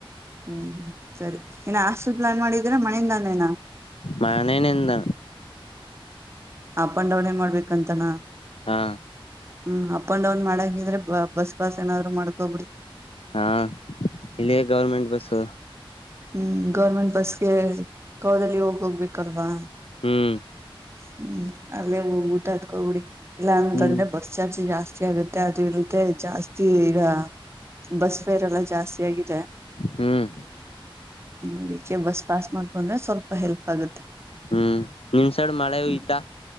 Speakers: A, on the right (about 30°); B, on the left (about 85°).
A: ಹ್ಮ್ ಹ್ಮ್ ಸರಿ ಏನ ಆಸ್ಟಲ್ ಪ್ಲಾನ್ ಮಾಡಿದ್ರೆ ಮನೆಯಿಂದಾನೇನ
B: ಮಾನೇನೆ ಎಂದ
A: ಅಪ್ ಅಂಡ್ ಡೌನ್ ಮಾಡ್ಬೇಕಂತಾನ
B: ಹಾ
A: ಹ್ಮ್ ಅಪ್ ಅಂಡ್ ಡೌನ್ ಮಾಡಕಿದ್ರೆ ಬಸ್ ಬಾಸ್ ಏನಾದ್ರು ಮಾಡ್ಕೊಬಿಡಿ
B: ಹಾ ಇಲ್ಲಿಯ ಗೌರ್ಮೆಂಟ್ ಬಸ್ಸು
A: ಹ್ಮ್ ಗೌರ್ಮೆಂಟ್ ಬಸ್ಗೆ ಕವದಲ್ಲಿ ಹೋಗ ಹೋಗ್ಬೇಕಲ್ವಾ -
B: ಹ್ಮ್
A: ಹ್ಮ್ ಅಲ್ಲೇ ಉಲ್ಟಾ ಹತ್ತಿಕೊಂಡ್ಬಿಡಿ ಇಲ್ಲಾ ಅಂತಂದ್ರೆ
B: ಹ್ಮ್
A: ಬರ್ಸ್ ಚಾರ್ಜ ಜಾಸ್ತಿ <inaudible> ಆಗುತ್ತೆ ಅದು ಇಂತೆ ಜಾಸ್ತಿ ಈಗ ಬಸ್ ಪೇರೆಲ್ಲ ಜಾಸ್ತಿ ಆಗಿದೆ.
B: ಹ್ಮ್
A: ಅದಕ್ಕೆ ಬಸ್ ಪಾಸ್ ಮಾಡ್ಕೊಂಡ್ರೆ ಸ್ವಲ್ಪ ಹೆಲ್ಪ್ ಆಗತ್ತೆ.
B: ಹ್ಮ್ ನಿಮ್ ಸೈಡ್ ಮಳೆ ಹೊಯ್ತಾ
A: <inaudible>